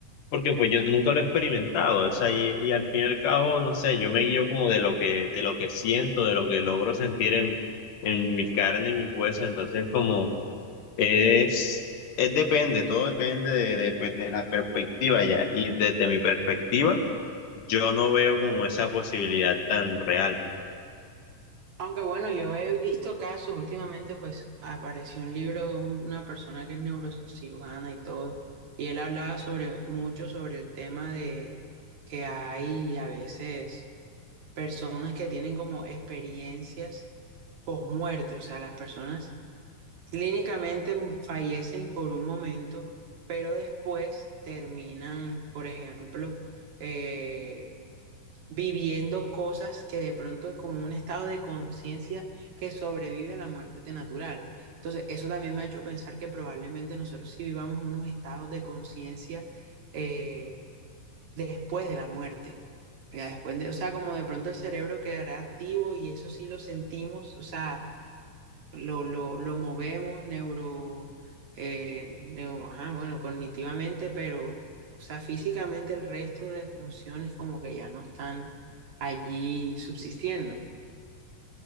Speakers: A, on the left; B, on the right.
A: porque pues yo nunca lo he experimentado, o sea, y, y al fin y al cabo, no sé, yo me guío como de lo que, de lo que siento, de lo que logro sentir en, en mi carne y mis huesos, entonces como es, es depende, todo depende de, de, pues, de la perspectiva ya, y desde mi perspectiva, yo no veo como esa posibilidad tan real.
B: Aunque bueno, yo he visto casos últimamente, pues, apareció un libro de un- una persona que es neurocirujana y todo, y él hablaba sobre mucho sobre el tema de que hay a veces personas que tienen como experiencias post-muerte, o sea, las personas clínicamente fallecen por un momento, pero después terminan, por ejemplo, eh, viviendo cosas que de pronto es como un estado de conciencia que sobrevive a la muerte natural. Entonces, eso también me ha hecho pensar que probablemente nosotros sí vivamos unos estados de conciencia eh, después de la muerte. Ya después de, o sea, como de pronto el cerebro quedará activo y eso sí lo sentimos, o sea, lo, lo, lo movemos neuro, eh, neuro- ajá, bueno, cognitivamente, pero, o sea, físicamente el resto de funciones como que ya no están allí subsistiendo.